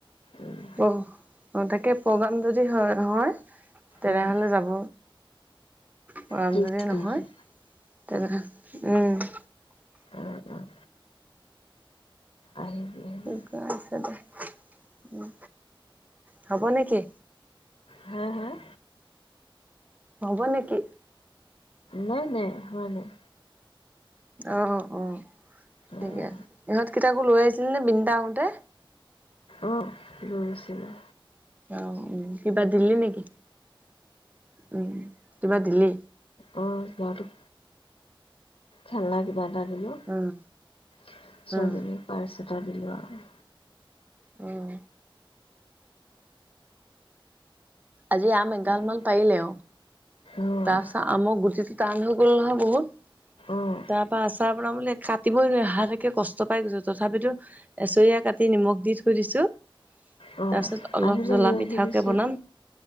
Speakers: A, on the left; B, on the right.
A: উম
B: প তাকে প্ৰগ্ৰাম যদি হয় হয় তেনেহ'লে
A: উম
B: যাব। প্ৰগ্ৰাম
A: ত্ৰিছ
B: যদি নহয়,
A: তাৰিখে
B: তেনেহ'লে উম।
A: অঁ অঁ আহিবি। আহিবি
B: লোক আছে দে, উম, হ'ব নেকি?
A: হম! হম!
B: হ'ব নেকি?
A: নাই-নাই, হোৱা নাই।
B: অহ', অহ' ঠিকে
A: অঁ
B: আছে। ইহঁত কিতাকো লৈ আহিছিলনে? বিনীতা আহোতে।
A: অঁ লৈ গৈছিলোঁ।
B: অহ', উম' কিবা দিলি নেকি উম, কিবা দিলি?
A: অহ, ল'ৰাটোক খেলা দি কিবা এটা দিলোঁ,
B: উম
A: ছোৱালীজনীৰ
B: উম
A: পাৰ্চ এটা দিলোঁ আৰু।
B: উম। আজি আম এগালমান
A: আৰু
B: পাৰিলে আৰু।
A: অঁ
B: তাৰপিছত আমৰ গুটিটো টান হৈ গ'ল নহয় বহুত।
A: অঁ
B: তাৰপৰা আচাৰ বনাম বুলি কাটিবই ল'লে, হাতকে কষ্ট পাই গৈছ তথাপিতো এচৰিয়া কাটি নিমখ দি থৈ দিছোঁ।
A: অ',
B: তাৰপিছত অলপ
A: আহিলে
B: জ্বলা
A: লৈ
B: মিঠাকে
A: আহিবিচোন।
B: বনাম,